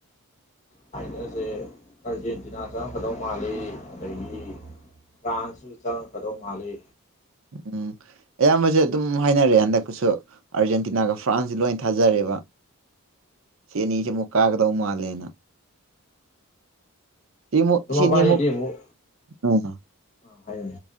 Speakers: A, on the left (about 35°); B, on the right (about 65°).
A: ꯐꯥꯏꯅꯦꯜꯁꯦ ꯑꯥꯔꯖꯦꯟꯇꯤꯅꯥ ꯆꯪꯉꯛꯀꯗꯧ ꯃꯥꯜꯂꯤ ꯑꯗꯒꯤ ꯐ꯭ꯔꯥꯟꯁꯁꯨ ꯆꯪ ꯉꯥꯛꯀꯗꯧ ꯃꯥꯜꯂꯤ
B: ꯎꯝ ꯑꯌꯥꯝꯕꯖꯦ ꯑꯗꯨꯝ ꯍꯥꯏꯅꯔꯦ ꯍꯟꯗꯛꯀꯨꯁꯨ ꯑꯥꯔꯖꯦꯟꯇꯤꯅꯥꯒ ꯐ꯭ꯔꯥꯟꯁꯁ ꯂꯣꯏ ꯊꯥꯖꯔꯦꯕ ꯁꯤ ꯑꯅꯤꯖꯦ ꯑꯃꯨꯛ ꯀꯥꯒꯗꯧ ꯃꯥꯜꯂꯦꯅ ꯁꯤꯃꯨꯛ
A: ꯑꯗꯨ
B: ꯁꯤꯅꯤꯃꯨꯛ
A: ꯃꯕꯥꯏꯅꯤꯗꯤ ꯑꯃꯨꯛ
B: ꯎꯝ
A: ꯑꯥ ꯍꯥꯏꯌꯨꯅꯦ